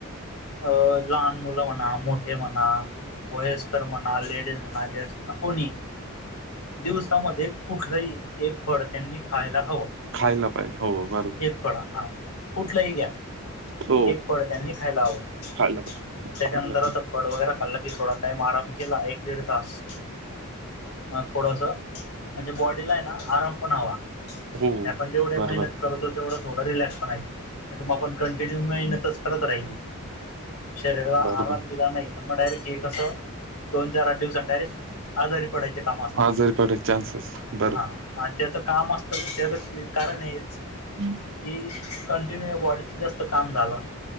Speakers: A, on the left; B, on the right.
A: अ लहान मुलं म्हणा मोठे म्हणा वयस्कर म्हणा लेट. माझे कोणी दिवसामध्ये कुठलंही एक फळ त्यांनी खायला हवं.
B: खायला पाहिजे हो बरोबर.
A: हे पळा हा कुठलाय ग्या.
B: हो
A: एक पळ त्यांनी खायला हवं
B: खायला पाहिजे
A: त्याच्यानंतर
B: चांगलं.
A: आता,, ड वगैरे खाल्लं की थोडा टाइम आराम केला एक दीड तास. अ थोडस म्हणजे बॉडीला आहे ना आराम पण हवा.
B: हो
A: आपण जेवढे
B: बरोबर.
A: मेहनत करतो तेवढा थोडा रिलॅक्स पण आहे त आपण. कंटिन्यू मेहनतच करत राहिली शरीराला
B: बरोबर
A: आराम दिला नाही. ग डायरेक्टी कसं दोन चार आठ दिवस डायरेक्ट आजारी पडायच. त
B: आजारी पडायचे चान्सेस बरोबर
A: हा त्याच काम असत त्याच कारण आहेच.
B: हम्.
A: कि कंटिन्यू बॉडीच जास्त काम झालं.